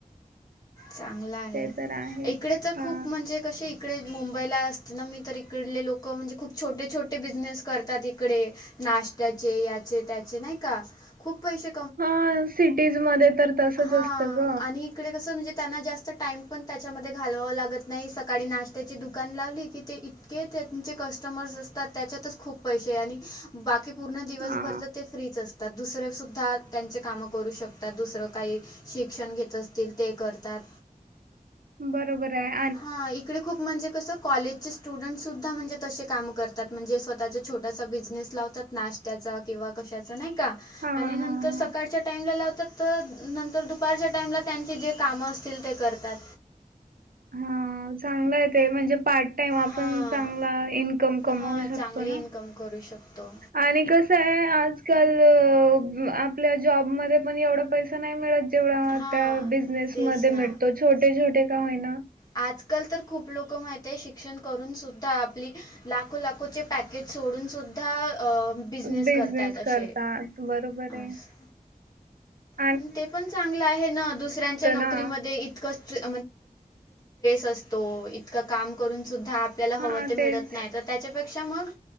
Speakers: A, on the left; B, on the right.
A: चांगला
B: ते तर आहेच.
A: इकडे तर
B: हा.
A: खूप म्हणजे कसे इकडे मुंबईला. ना मी तर इकडले लोक म्हणजे खूप छोटे छोटे बिझनेस करतात इकडे. नाशत्याचे याचे त्याचे नाही का खूप पैसे.
B: हा सिटीज मध्ये तर. तसच
A: हा
B: असतं ग.
A: आणि तिकडे कसं म्हणजे त्यांना जास्त टाइम पण त्याच्यामध्ये घालवावं लागत नाही सकाळी नाश्त्याची दुकान लावली की. के त्यांचे कस्टमर्स असतात त्याच्यातच खूप. पैसे आणि बाकी पूर्ण दिवसभर
B: हा.
A: तर ते फ्रीच असते. तर दुसरे सुुद्धा त्यांचे कामं करू शकतात दुसरं. काही शिक्षण घेत असतील ते करतात.
B: बरोबर हाय.
A: हा इकडे खूप म्हणजे कसं. कॉलेजचे स्टुडंटस सुद्धा म्हणजे तसे काम करतात म्हणजे स्वतःचा छोटासा बिझनेस लावतात. नाश्त्याचा किंवा कशाचा नाही का
B: हा
A: आणि
B: हा
A: नंतर
B: हा.
A: तर सकाळच्या टाईमला लावतात तर नंतर दुपारच्या टाईमला त्यांचे जे कामं असतील ते करतात.
B: हा चांगलं आहे ते म्हणजे पार्ट तेव्हा पण
A: हां.
B: आपण चांगला इन्कम कमवू
A: हां,
B: शकतो
A: चांगली
B: ना.
A: इन्कम करू शकतो.
B: आणि कसं हाय आज-काल आपल्या जॉब मध्ये पण एवढा पैसा नाही मिळत. तेेवढा
A: हां,
B: त्या बिझनेस
A: तेच
B: मध्ये
A: ना.
B: मिळतो, छोटे छोटे का होईना
A: आजकाल तर खूप लोकं माहित आहे शिक्षण करून सुद्धा आपली लाखो लाखोचे पॅकेज सोडून सुद्धा अ
B: बिझनेस
A: करतायत असे.
B: करतात, बरोबर
A: असं.
B: हाय.
A: आणि ते पण चांगलं आहे ना, दुसऱ्यांच्या नोकरीमध्ये
B: ना.
A: इत ईतका ट्रेस असतो, कधी कुठे काम करून सुद्धा त्याला
B: हां,
A: हवं ते
B: तेच.
A: मिळत नाय, तर मग त्याच्यापेक्षा मग